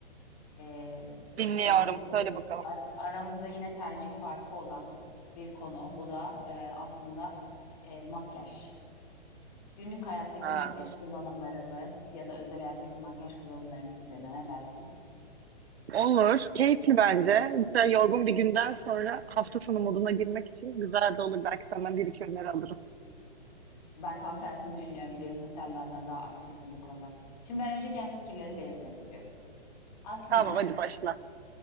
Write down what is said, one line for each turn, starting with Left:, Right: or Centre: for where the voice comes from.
Left: Ee,
Right: Dinliyorum.
Left: bizim
Right: Söyle bakalım.
Left: ar- aramızda yine tercih farkı olan bir konu. Bu da e, aslında e, makyaj. Günlük hayattaki
Right: Ha,
Left: makyaj kullanımlarımız ya da özel hayattaki makyaj kullanımlarımız üzerine ne dersin?
Right: Olur. Keyifli bence. Mesela yorgun bir günden sonra hafta sonu moduna girmek için güzel de olur. Belki senden bir iki öneri alırım.
Left: Ben tam tersini düşünüyorum biliyorsun. Sen benden daha aktifsin bu konuda. Şimdi ben önce kendi fikirlerimi belirtmek istiyorum. Aslında.
Right: Tamam hadi başla.